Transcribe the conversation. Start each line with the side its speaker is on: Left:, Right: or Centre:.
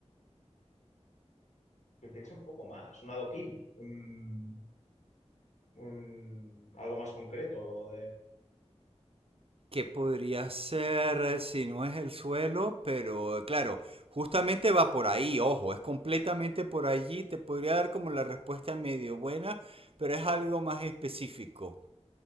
Left: Que piense un poco más, un adoquín, un, un- algo más concreto
Right: ¿Qué podría ser si no es el suelo? Pero claro, justamente va por ahí, ojo, es completamente por allí. Te podría dar como la respuesta medio buena, pero es algo más específico.